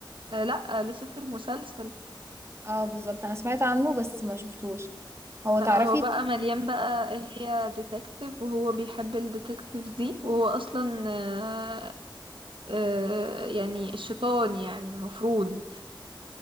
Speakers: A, on the right; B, on the right.
A: آه، لا لوسيفر مسلسل
B: اه بالظبط انا سمعت عنه بس ما شفتوش هو
A: بقى
B: تعرفي
A: هو بقى مليان بقى هي ديتكتيف وهو بيحب الديتكتيف دي وهو اصلا آه، آه، يعني الشيطان يعني المفروض